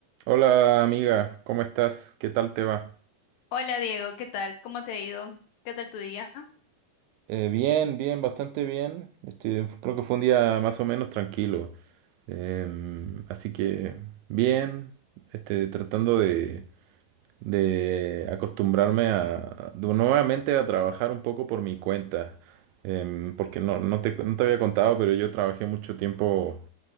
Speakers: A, on the right (about 80°); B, on the left (about 75°).
A: Hola amiga, ¿cómo estás? ¿Qué tal te va?
B: Hola Diego, ¿qué tal? ¿Cómo te ha ido? ¿Qué tal tu día?
A: Eh, bien, bien, bastante bien. Este, creo que fue un día más o menos tranquilo. Em, así que bien, este, tratando de, de acostumbrarme a, de- nuevamente a trabajar un poco por mi cuenta. Em, porque no, no te, no te había contado, pero yo trabajé mucho tiempo